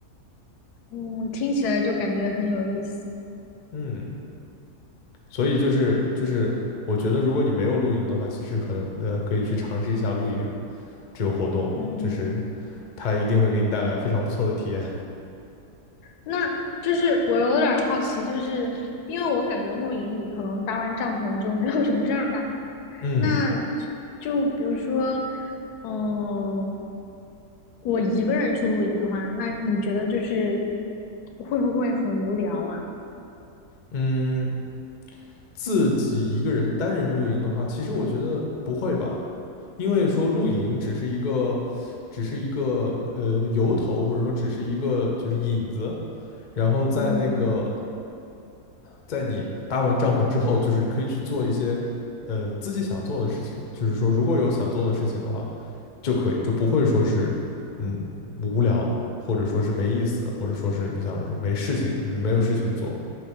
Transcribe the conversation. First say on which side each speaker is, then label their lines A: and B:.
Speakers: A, on the left; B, on the left.
A: 嗯，听起来就感觉很有意思。
B: 嗯，所以就是就是，我觉得如果你没有露营的话，其实很呃可以去尝试一下露营这个活动，
A: 嗯。
B: 就是它一定会给你带来非常不错的体验。
A: 那就是我有点好奇，就是因为我感觉露营你可能搭完帐篷就没有什么事儿干了嘛。
B: 嗯
A: 那就比如说，嗯，我一个人去露营的话，那你觉得就是会不会很无聊啊？
B: 嗯，自己一个人单人露营的话，其实我觉得不会吧，因为说露营只是一个只是一个呃由头，或者说只是一个就是引子，然后在那个
A: 嗯
B: 在你搭完帐篷之后，就是可以去做一些。呃，自己想做的事情，就是说，如果有想做的事情的话，就可以，就不会说是嗯无聊，或者说是没意思，或者说是你想说没事情没有事情做，